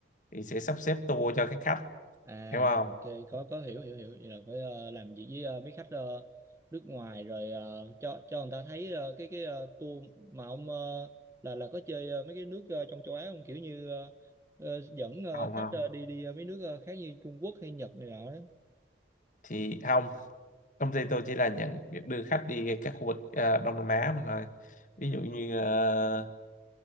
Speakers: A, on the left (about 45°); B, on the right (about 15°).
A: thì sẽ sắp xếp tour cho các khách
B: À,
A: hiểu không
B: ok, có có hiểu hiểu hiểu vậy là phải ờ, làm việc với ờ, mấy khách ờ, nước ngoài rồi ờ, cho cho người ta thấy ờ, cái cái ờ, tour mà ông ờ, là là có chơi ờ, mấy cái nước ờ, trong châu Á không kiểu như ờ, ờ, dẫn ờ,
A: không không
B: khách ờ, đi đi ờ, mấy nước ờ, khác như Trung Quốc hay Nhật này nọ đó.
A: thì không công ty tôi chỉ là nhận việc đưa khách đi các khu vực ờ, Đông Nam Á mà thôi ví dụ như ờ,